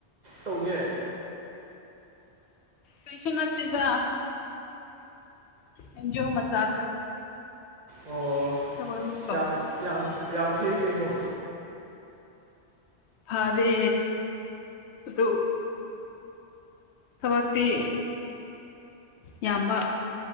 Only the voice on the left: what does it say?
ꯀꯩꯁꯨ ꯅꯠꯇꯦꯗ ꯑꯦꯟꯖꯤꯌꯣ ꯃꯆꯥꯗ
<unintelligible>
ꯐꯔꯦ ꯑꯗꯨ ꯊꯕꯛꯇꯤ ꯌꯥꯝꯕ